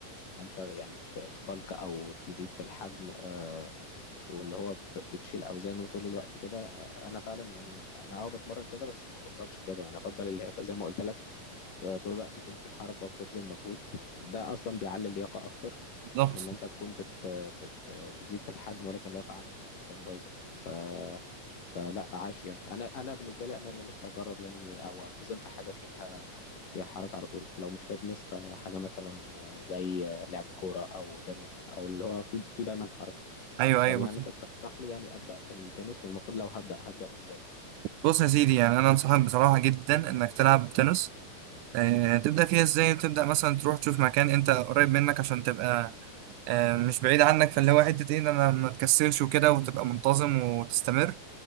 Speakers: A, on the left; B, on the right.
A: ان انت يعني ت- تبلك او تزيد في الحجم آه، واللي هو ب- بتشيل اوزان وطول الوقت كده انا فعلا يعني انا اه بتمرن كده بس ما افضلش كده يعني افضل اللي هي زي ما قلت لك آه، طول الوقت يكون في حركه وبتبذل مجهود ده اصلا بيعلي اللياقه اكتر
B: بالظبط
A: من ان انت تكون بت بت بتزيد في الحجم ولكن اللياقه عندك ممكن تكون بايظه ف فلا عاش يعني انا انا بالنسبه لي انا اللي نفسي اجرب يعني او انتظم في حاجه فيها فيها حركه على طول لو مش فيتنس فحاجه مثلا آه، زي آه، لعب كوره او تنس او اللي هو في في دايما حركه
B: ايوه
A: طب
B: ايوه
A: يعني
B: بس-
A: انت ترشح لي يعني ابدا في التنس والمفروض لو هبدا هبدا ازاي
B: بص يا سيدي يعني انا انصحك بصراحة جدا انك تلعب تنس آه، تبدأ فيها ازاي تبدأ مثلا تروح تشوف مكان انت قريب منك عشان تبقى آه، مش بعيد عنك فاللي هو حتة ايه إن انا ما تكسلش وكده وتبقى منتظم وتستمر